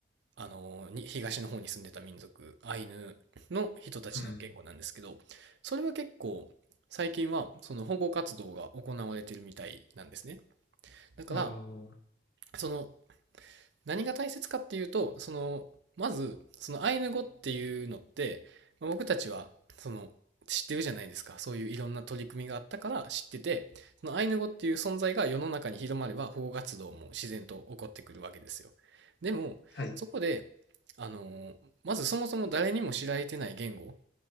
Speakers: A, on the right; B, on the left.
A: あのに東の方に住んでた民族、アイヌの人たちの言語なんですけど、
B: うん、
A: それは結構最近はその保護活動が行われているみたいなんですね。だから、
B: あ
A: その何が大切かっていうと、その、まず、そのアイヌ語っていうのって、まあ僕たちは、その、知ってるじゃないですか。そういういろんな取り組みがあったから知ってて、そのアイヌ語っていう存在が世の中に広まれば保護活動も自然と起こってくるわけですよ。でも、
B: あ、はい、
A: そこで、あの、まずそもそも誰にも知られてない言語